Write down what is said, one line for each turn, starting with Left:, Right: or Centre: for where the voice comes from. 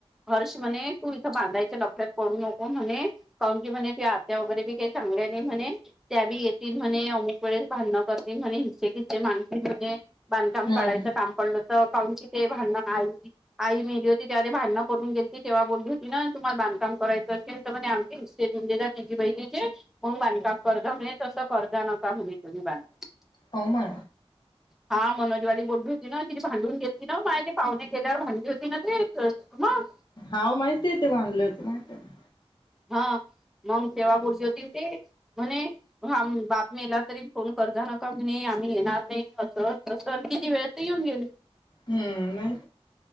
Centre: हर्ष म्हणे तू इथ बांधायच्या लपड्यात पडू नको म्हणे, <unintelligible> नको म्हणे त्यात. त्या वगैरे बी काही चांगल्या नाही म्हणे त्या बी येतील म्हणे, अमुक वेळेस भांडण करतील म्हणे हिस्से - खिस्स माती बांधकाम
Left: हम्म
Centre: काढायचं काम पडलं तर कावरी चे ते भांडण आई आई मेहली होती त्या भांडणं करून गेलीती तेव्हा बोलली होती ना, तुम्हाला बांधकाम करायचं असेल तर आमचे हिस्से तिी <unintelligible> बहिणीचे मग बांधकाम कर्जा म्हणे तसं कर्जा नका म्हणे तुम्ही बांधकाम.
Left: हो म
Centre: हा मनोजवाडी बोलली होती ना तिी भांडून घेतली ना माझ तेे पाहुणे केल्यावर भांडली होती ना ते. मंग.
Left: हा माहितीय आहे ते बांधले होते माहित ना.
Centre: हा मग तेव्हा बुरजी होती ते म्हणे बातमीला तरी फोन कर. अर्धा नकामी नाही आम्ही येणार नाही असं त किती वेळ येऊन गेली.
Left: हम्म नाही.